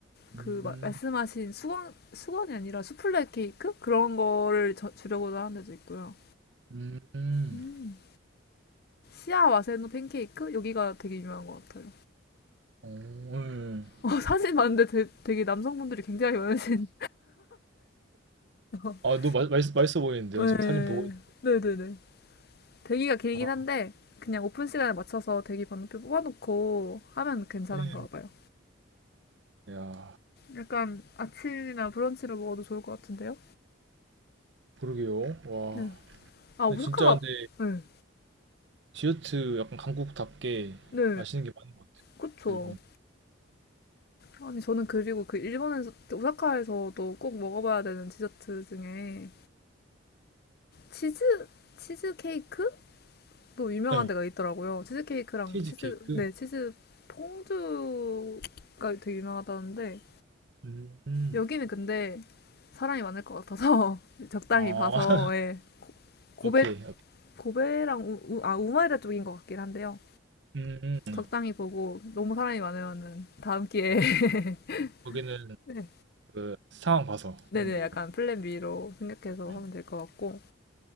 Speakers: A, on the right; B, on the left.
A: 음,
B: 그 말씀하신 수건 수건이 아니라 수플레 케이크 그런 거를 저- 주려고도 하는 데도 있고요.
A: 음,
B: 음, 시아 와세노 팬케이크 여기가 되게 유명한 것 같아요.
A: 오, 예.
B: 어, 사진 봤는데 되, 되게 남성분들이 굉장히 많으신. <laughs>
A: 아, 너무 맛, 맛있, 맛있어 보이는데요.
B: 네,
A: 지금 사진 보고 있...
B: 네네네. 대기가 길긴
A: 아,
B: 한데 그냥 오픈 시간에 맞춰서 대기 번호표 뽑아놓고 하면 괜찮은가
A: 네.
B: 봐요.
A: 야,
B: 약간 아침이나 브런치를 먹어도 좋을 것 같은데요?
A: 그러게요. 와,
B: 네. 아
A: 근데
B: 오사카가
A: 진짜 근데
B: 네,
A: 디저트 약간 한국답게
B: 네,
A: 맛있는 게 많은 것 같아요.
B: 그쵸.
A: 일본.
B: 아니 저는 그리고 그 일본에서 오사카에서도 꼭 먹어봐야 되는 디저트 중에 치즈 치즈 케이크도 유명한
A: 네.
B: 데가 있더라고요. 치즈 케이크랑
A: 치즈케이크.
B: 치즈 네 치즈 퐁듀가 되게 유명하다는데
A: 음.
B: 여기는 근데 사람이 많을 것 같아서 <laughs> 적당히
A: 어,
B: 봐서
A: <laughs>
B: 예 고베
A: 오케이, 오케이.
B: 고베랑 우, 우- 아 우마이라 쪽인 것 같긴 한데요.
A: 음, 음,
B: 적당히 보고 너무 사람이 많으면은 다음 기회에
A: 음.
B: <laughs>
A: 거기는
B: 네.
A: 그 상황 봐서
B: 네네
A: 하는 걸로.
B: 약간 플랜 B로 생각해서
A: 네.
B: 하면 될 것 같고